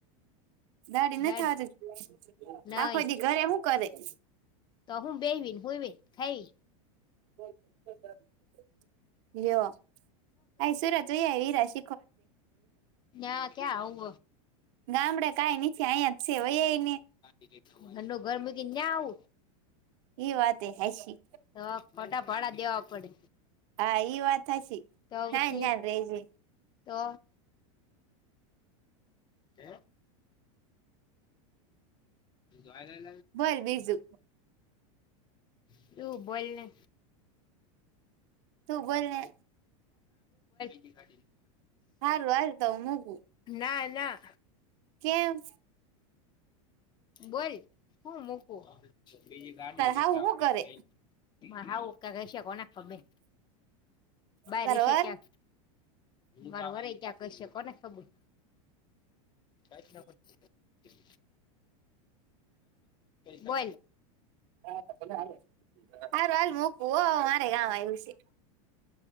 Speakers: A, on the right; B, on the left.
A: દાળી
B: દાડી
A: નથ આવતી.
B: નઈ
A: આખો દી ઘરે હું કરે? <inaudible>
B: તો હું બેવીન, હૂવીન, ખાઈ.
A: <inaudible> લ્યો. આઈ સુરત વઈ આઈ વિરાશ
B: ના. ક્યા આવ
A: ગામડે કાઈ નીચે અહીંયા જ છે વઈ આઈવ
B: <unintelligible> ની ન્યાં આવું.
A: ઈ વાત એય હાસી.
B: તો ખોટા ભાડા દેવા પડે.
A: હા ઈ વાત હાસી.
B: તો
A: ન્યાંન
B: પછી
A: ન્યાન રેજે.
B: તો કે હા વાળી.
A: બોલ બીજું
B: <unintelligible> તું બોઇલને.
A: તું બોઇલને.
B: ઈ ગાડી.
A: હારું હાઇલ. તો મૂક.
B: ના-ના.
A: કેમ.
B: બોઇલ હું મુકું બીજી ગાડી
A: તાર
B: ની
A: હાહુ
B: કે આપડે
A: હું કરે
B: મેલશું. માં હાઉ ક્યાં હઈશે કોને ખબર. બાયર
A: તારો
B: હશે
A: વર
B: ક્યાંક. મારો વરય ક્યાં હઈશે. કોને ખબર. કઈ ના. હ. બોલ
A: હા <inaudible> સારું હાલ મોકવું હો મારે ગાામ આવ્યું છે.